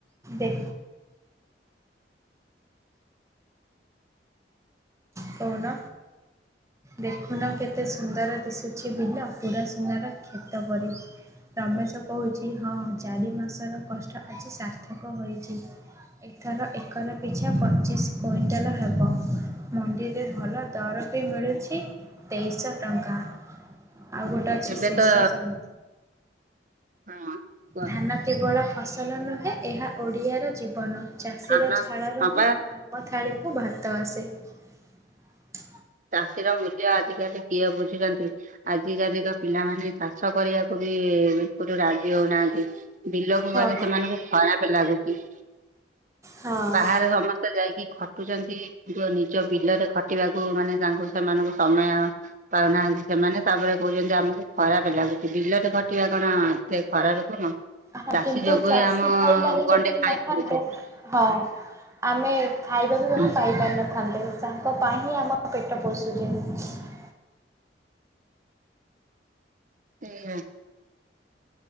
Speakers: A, on the right; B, on the right.
A: ଦେ କହୁନ ଦେଖୁନ କେତେ ସୁନ୍ଦର ଦିଶୁଛି ବିଲ ପୁରା ସୁନାର କ୍ଷେତ ପରି । ରମେଶ କହୁଚ଼ି ହଁ ଚାରି ମାସର କଷ୍ଟ ଆଜି ସାର୍ଥକ ହୋଇଛି । ଏଥର ଏକର ପିଛା ପଚିଶ୍ କୁଇଣ୍ଟାଲ ହେବ। ମଣ୍ଡିରେ ଭଲ ଦର ବି ମିଳୁଛି ତେଇଶଅ ଟଙ୍କା । ଆଉ ଗୋଟେ ଅଛି
B: ଏବେ
A: ଶେଷ
B: ତ
A: ସମ୍
B: ହଁ
A: ଧାନ କେବଳ ଫସଲ ନୁହେଁ ଏହା ଓଡ଼ିଆର ଜୀବନ । ଚାଷୀର
B: ଧାନ
A: ଝାଳ ରେ
B: ହଁ
A: ହିଁ
B: ବା
A: ଆମ ଥାଳିକୁ ଭାତ ଆସେ ।
B: ଚାଷୀର ମୂଲ୍ୟ ଆଜିକାଲି କିଏ ବୁଝୁଚନ୍ତି ଆଜିକାଲିିର ପିଲାମାନେ ଚାଷ କରିଆକୁ ବି <unintelligible> ରାଜି ହଉନାହାନ୍ତି ବିଲକୁ
A: ହଁ,
B: ଗଲେ ସେମାନଙ୍କୁ ଖରାପ ଲାଗୁଚ଼ି ।
A: ହଁ।
B: ବାହାରେ ସମସ୍ତେ ଯାଇକି ଖଟୁଚ଼ନ୍ତି କିନ୍ତୁ ନିଜ ବିଲରେ ଖଟିବାକୁ ମାନେ ତାଙ୍କୁ ସେମାନଙ୍କୁ ସମୟ ପାଉନାହାନ୍ତି ସେମାନେ ତାପରେ କହୁଚ଼ନ୍ତି ଯେ ଆମକୁ ଖରାପ ଲାଗୁ ସି ବିଲରେ ଖଟିବା କଣ ଏତେ ଖରାପେ କାମ?
A: ଆହା
B: ଚାଷୀ
A: କିନ୍ତୁ
B: ଯୋଗୁ
A: ଚାଷୀ
B: ହିଁ ଆମ
A: ଭାଇ ମାନେ
B: ଗଣ୍ଡେ
A: ଯଦି
B: ଖାଇ
A: ନଥାନ୍ତେ
B: ପଡୁଛେ
A: । ହଁ ଆମେ ଖାଇବାକୁ
B: ହଁ।
A: କଣ ପାଇପାରିନଥାନ୍ତେ । ତାଙ୍କ ପାଇଁ ହିଁ ଆମ ପେଟ ପୋଷୁଚ଼ି ।
B: ହୁମ।